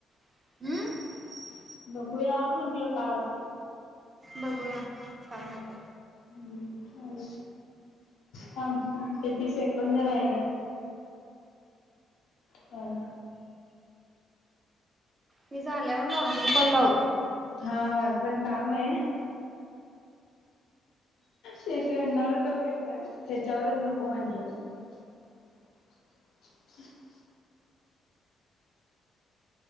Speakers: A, on the right (about 25°); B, on the left (about 80°).
A: अम्म.
B: बघूया म्हटलं काय होतय.
A: बघूया काय हो
B: हं थांब किती सेकंद राहिलत? चाल
A: हे झाल्यावर नॉर्मल कॉल लावतो.
B: हा माझं पण काम आहे तेचणार त मी पण त्याच्यावरच नको म्हटलं आउदमबथधमभ